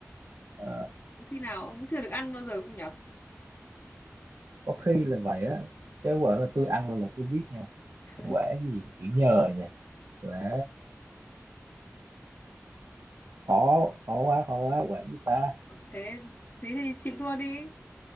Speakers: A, on the right; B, on the left.
A: Ờ,
B: có khi nào ông cũng chưa được ăn bao giờ không nhở
A: có
B: Khả
A: khi
B: năng.
A: là vậy á chứ quả là tôi ăn rồi là tôi biết nha
B: <laughs>
A: quả gì chữ nhờ nha quả khó khó quá khó quá quả gì ta
B: thế thế thì chịu thua đi